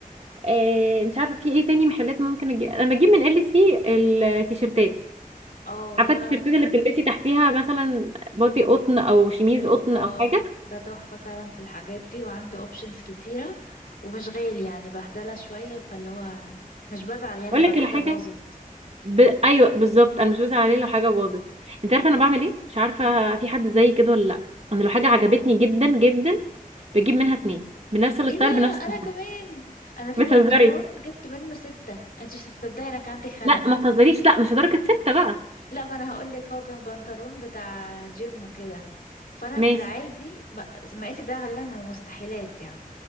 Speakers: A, on the right (about 45°); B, on the left (about 90°).
A: آه مش عارفه في ايه تاني محلات ممكن أجي... انا بجيب من ال سي التيشيرتات
B: اه
A: عارفه
B: ده
A: التيشيرتات اللي بتلبسي تحتيها مثلا بادي قطن او شميز
B: بالظبط
A: قطن او حاجه
B: ده تحفة فعلا في الحاجات دي وعنده options كتيرة ومش غالي يعني بهدلة شوية فاللي هو مش بزعل يعني
A: اقول
B: لو
A: لك
B: الحاجة
A: الحاجه
B: باظت
A: ب... ايوه بالظبط انا مش بزعل عليه لو حاجه باظت انت عارفه انا بعمل ايه مش عارفه
B: ايه
A: في حد زي كده ولا لا انا لو حاجه عجبتني جدا جدا بجيب منها اتنين بنفس الستايل
B: ايه ده
A: بنفس
B: انا
A: الماركة.
B: كمان انا في
A: <laughs> بتهزري
B: بنطلون جبت منه ستة انت مش هتصدقي انا كان عندي خلل
A: لا ما تهزريش لا مش لدرجه سته بقى
B: لا ما انا هقولك هو كان بنطلون بتاع جيم وكده فانا
A: ماشي
B: في العادي م- مقاسي ده غالبا من المستحيلات يعني